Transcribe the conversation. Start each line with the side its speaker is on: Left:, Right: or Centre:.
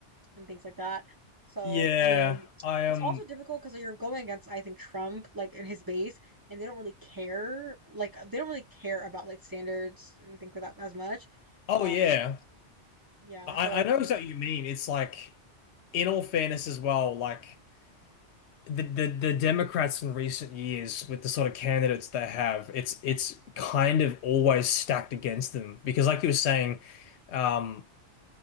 Right: and things like that. So
Left: Yeah,
Right: I mean,
Left: I am.
Right: it's also
Left: Um,
Right: difficult because you're going against I think Trump like in his base, and they don't really care like they don't really care about like standards and things like that as much.
Left: Oh
Right: Um,
Left: yeah,
Right: yeah.
Left: I
Right: So like
Left: I know exactly what you mean. It's like, in all fairness as well, like. the, the the Democrats in recent years with the sort of candidates they have, it's it's kind of always stacked against them because, like you were saying, um,